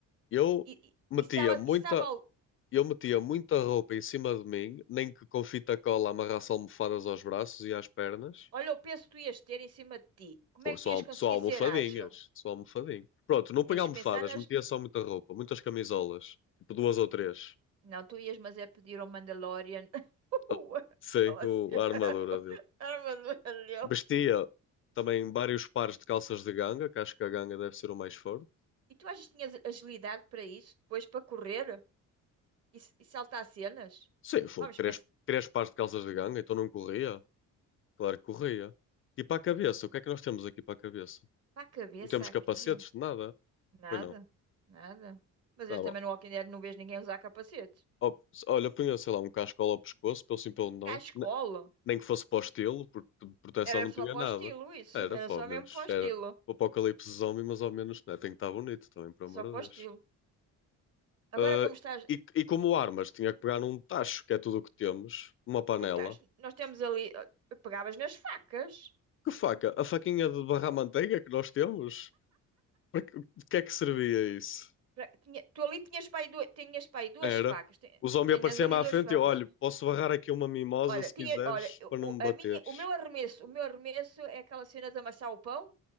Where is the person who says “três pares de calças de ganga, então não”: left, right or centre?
Left